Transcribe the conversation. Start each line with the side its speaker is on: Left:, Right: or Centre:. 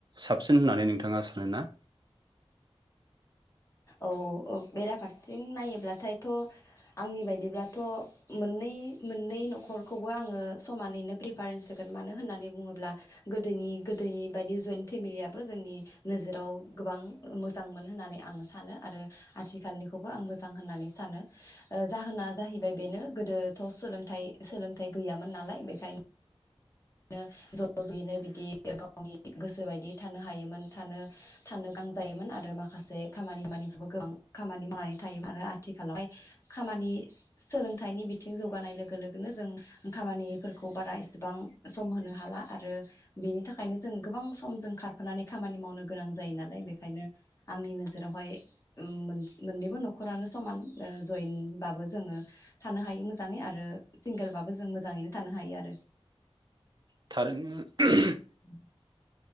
Right: साबसिन होननानै नोंथाङा सानोना?
Left: औ औ बेराफारसें नायोब्लाथायथ' आंनि बायदिब्लाथ' मोननै मोननै न' खरखौबो आङो समानैनो प्रिफारेन्स होगोन मानो होननानै बुङोब्ला गोदोनि गोदोनि बायदि जयेन फेमिलियाबो जोंनि नोजोराव गोबां मोजांमोन होननानै आं सानो आरो आथिखालनिखौबो आं मोजां होननानै सानो ओ जाहोना जाहैबाय बेनो गोदोथ' सोलोंथाइ सोलोंथाइ गैयामोन नालाय बेखायनो बि ज' ज'यैनो बिदि गावनि गोसो बायदि थानो हायोमोन थानो थानो गां जायोमोन आरो माखासे खामानि मावानिफोर गोबां खामानि मावनानै थायोमोन आरो आथिखालावहाय खामानि सोलोंथाइनि बिथिं जौगानाय लोगो लोगोनो जों खामानिफोरखौ बारा इसेबां सम होनो हाला आरो बिनि थाखायनो जों गोबां सम जों खारफानानै खामानि मावनो गोनां जायो नालाय बेखायनो आंनि नोजोरावहाय ओम मोन मोननैबो न'खरानो समान ओ जयेनबाबो जोङो थानो हायो मोजाङै आरो सिंगोलबाबो जों मोजाङैनो थानो हायो आरो
Right: थारैनो
Left: <inaudible>